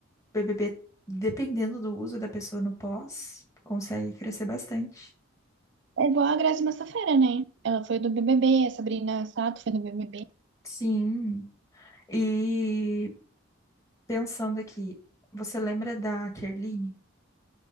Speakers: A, on the left; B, on the right.
A: O BBB, dependendo do uso da pessoa no pós, consegue crescer bastante.
B: É igual a Grazi Massafera, né? Ela foi do BBB, a Sabrina Sato foi do BBB.
A: Sim. E Pensando aqui, você lembra da Kerline?